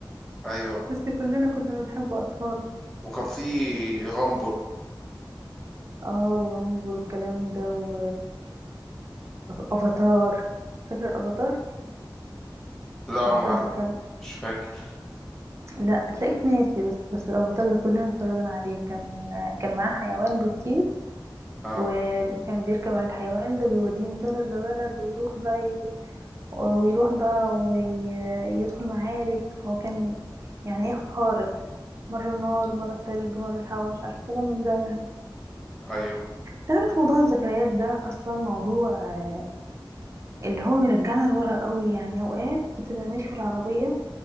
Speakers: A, in the centre; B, on the right.
A: ايوه
B: بس كلنا كنا بنحب أطفال
A: وكان في غمبر
B: اه وامبر والكلام ده و... وافاتار فاكر الافاتار
A: لا
B: الافاتار
A: ما
B: ده كان
A: مش فاكر
B: لا تلاقيك ناسي بس بس الافاتار ده كلنا اتفرجنا عليه كان كان معاه حيوان بيطير
A: اه
B: وكان بيركب على الحيوان ده بيوديه من بلد لبلد ويروح بقى ي... ويروح بقى ويدخل معارك هو كان يعني ايه خارق مرة النار مرة التلج مرة الهواء مش عارفة كلام من ده يعني
A: ايوه
B: تعرف موضوع الذكريات ده أصلا موضوع آه، اللي هو بيرجعنا لورا قوي يعني اوقات بتبقى ماشي في العربية